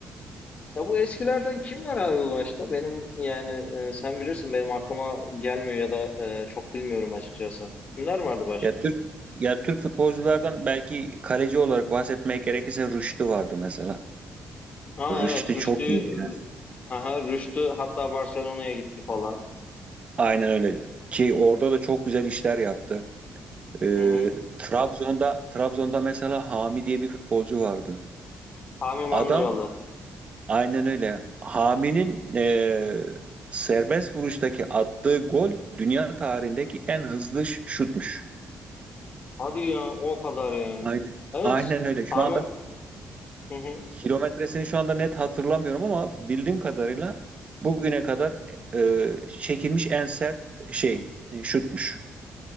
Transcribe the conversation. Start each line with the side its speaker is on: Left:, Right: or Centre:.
Left: Ya bu eskilerden kim var abi başta? Benim yani e, sen bilirsin benim aklıma gelmiyor ya da e, çok bilmiyorum açıkçası. Kimler vardı başka?
Right: Ya Türk ya Türk futbolculardan belki kaleci olarak bahsetmeye gerekirse Rüştü vardı mesela.
Left: Ha
Right: Rüştü
Left: evet Rüştü
Right: çok iyiydi. yani.
Left: aha Rüştü hatta Barcelona'ya gitti falan.
Right: Aynen öyle. Ki orada da çok güzel işler yaptı. Ee,
Left: Hı hı.
Right: Trabzon'da Trabzon'da mesela Hami diye bir futbolcu vardı.
Left: Hami Mandıralı.
Right: Adam aynen öyle. Hami'nin eee, serbest vuruştaki attığı gol dünya tarihindeki en hızlı ş- şutmuş.
Left: Hadi ya o kadar yani.
Right: Aynen.
Left: Evet
Right: Aynen öyle. Şu
Left: Hami
Right: anda
Left: hı hı.
Right: Kilometresini şu anda net hatırlamıyorum ama bildiğim kadarıyla bugüne kadar e, çekilmiş en sert şey e, şutmuş.